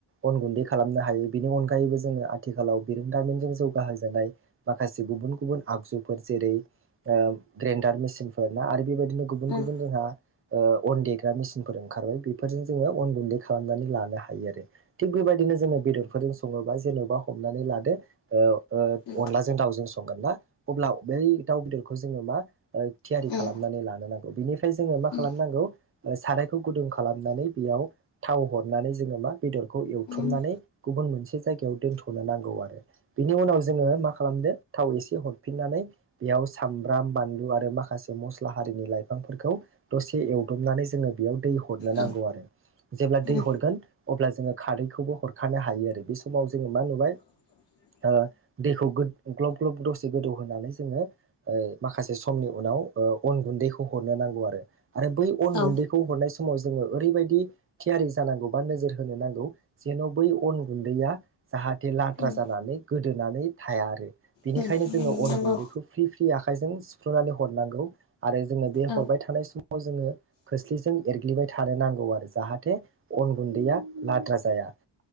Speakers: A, on the right; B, on the left.
A: अन गुनदै खालामनो हायो बेनि अनगायैबो जोङो आथिखालाव बिरोंदामिनजों जौगाहो जानाय माखासे गुबुन गुबुन आगजुफोर जेरै ओ ग्रेडार मेसिनफोर ना आरो। बेबायदिनो गुबुन
B: उम
A: गुबुन जोंहा ओ अन देग्रा मेसिनफोर ओंखारबाय बेफोरजों जोङो अन गुनदै खालामनानै लानो हायो आरो। थिग बेबायदिनो जोङो बेदरफोरजों सङोबा जेन'बा हमनानै लादो ओ ओ
B: उम
A: अनलाजों दाउजों संगोन ना अब्ला बै दाउ बेदरखौ जोङो मा थियारि
B: उम
A: खालामनानै लानो नांगौ बेनिफ्राय जोङो मा
B: उम
A: खालामनांगौ। सारायखौ गुदुं खालामनानै बेयाव थाव हरनानै जोङो मा बेदरखौ एवथ्रुमनानै
B: उम
A: गुबुन मोनसे जायगायाव दोनथ'नो नांगौ आरो बिनि उनाव जोङो मा खालामदो थाव एसे हरफिननानै। बेयाव सामब्राम बानलु आरो माखासे मस्ला हारिनि लाइफांफोरखौ दसे एवदबनानै जों जोङो बेयाव दै हरनो नांगौ
B: औ
A: आरो जेब्ला
B: उम
A: दै हरगोन अब्ला जोङो खारैखौबो हरखानो हायो आरो बे समाव जोङो मा नुबाय
B: औ
A: ओ दैखौ ग्लब ग्लब दसे गोदौ होनानै जोङो ओ माखासे समनि उनाव ओ अन गुनदैखौ हरनो नांगौ आरो आरो बै अन
B: औ
A: गुनदैखौ समाव जोङो ओरैबायदि थियारि जानांगौ बा नोजोर होनो नांगौ जेन' बै अन गुन्दैया जाहा बे लाद्रा
B: उम
A: जानानै गोदोनानै थाया आरो बेनिखायनो
B: उम
A: जोङो अन
B: नंगौ
A: गुन्दैखौ फ्रि फ्रि आखाइजों सिफ्र्लुनानै हरनांगौ आरो जोङो बे
B: औ
A: हरबाय थानाय समाव जोङो खोस्लिजों एरग्लिबाय थानो नांगौ आरो जाहाथे अन गुन्दैया लाद्रा जाया